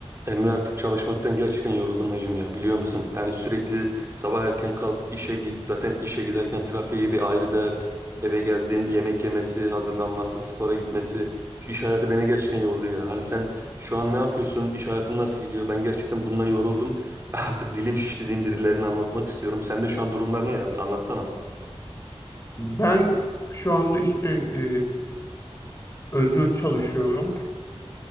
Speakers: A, on the right (about 25°); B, on the left (about 25°).
A: Emre artık çalışmaktan gerçekten yoruldum hacım ya biliyor musun? Yani sürekli sabah erken kalk işe git zaten işe giderken trafiği bir ayrı dert. Eve geldin yemek yemesi hazırlanması spora gitmesi şu iş hayatı beni gerçekten yordu ya. Hani sen şu an ne yapıyorsun iş hayatın nasıl gidiyor ben gerçekten bundan yoruldum. <laughs> Artık dilim şiş dediğim birilerine anlatmak istiyorum. Sende şu an durumlar ne ya bir anlatsana.
B: Ben şu anda işte e, özgür çalışıyorum.